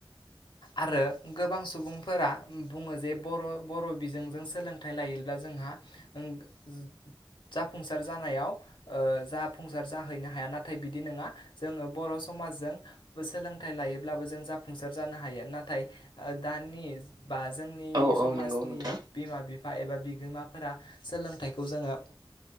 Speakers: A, on the left (about 70°); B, on the right (about 55°).
A: आरो गोबां सुबुंफोरा बुङो जे बर' बर' बिजोंजों सोलोंथाइ लायो ब्ला जोंहा ओम ओम जाफुंसार जानायाव जाफुंसार जाहैनो हाया नाथाय बिदि नङा जोङो बर' समाव समाजजोंबो सोलोंथाइ लायोब्लाबो जों जाफुंसार जानो हायो नाथाय दानि बा जोंनि
B: औ
A: समाजनि
B: औ नंगौ नोंथां
A: बिमा बिफा एबा बिगोमाफोरा सोलों थायखौ जोङो